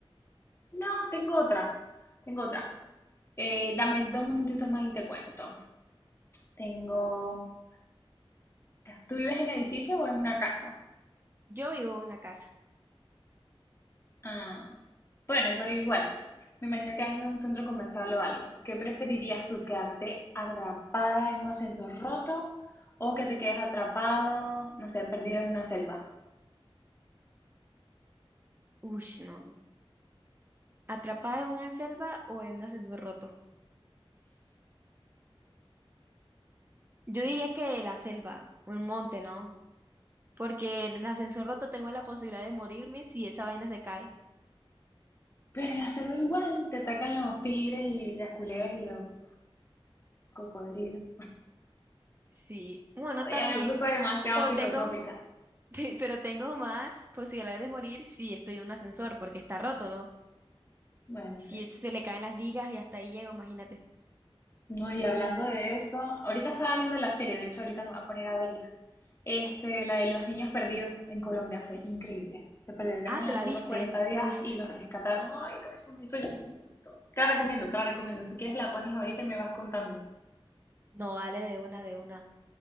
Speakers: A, on the left; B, on the right.
A: No, tengo otra. Tengo otra. Eh, dame dos minutitos más y te cuento. Tengo. ¿Tú vives en edificio o en una casa?
B: Yo vivo en una casa.
A: Ah, Bueno, pero igual. Me imagino que has ido a un centro comercial o algo. ¿Qué preferirías tú, quedarte atrapada en un ascensor roto o que te quedes atrapado, no sé, perdido en una selva?
B: Uy, no. no. ¿Atrapada en una selva o en un ascensor roto? Yo diría que la selva, un monte, ¿no? Porque en el ascensor roto tengo la posibilidad de morirme si esa vaina se cae.
A: Pero en la selva igual te atacan los tigres y las culebras y los cocodrilos.
B: Sí, bueno, también.
A: Ya me puse demasiado
B: No
A: filosófica.
B: tengo. <laughs> Te- Pero tengo más posibilidades de morir si estoy en un ascensor, porque está roto, ¿no?
A: Bueno,
B: Si
A: sí.
B: eso se le caen las ligas y hasta ahí llego, imagínate.
A: No, y hablando de eso, ahorita estaba viendo la serie, de hecho ahorita me voy a poner a verla. Este, la de los niños perdidos en Colombia fue increíble. Se perdieron
B: Ah,
A: en
B: ¿te
A: la
B: la
A: selva
B: viste?
A: 40 días
B: Uy,
A: y los rescataron. Ay, no, eso me hizo llorar un montón. Te la recomiendo, te la recomiendo. Si quieres la pones ahorita y me vas contando.
B: no, dale de una, de una.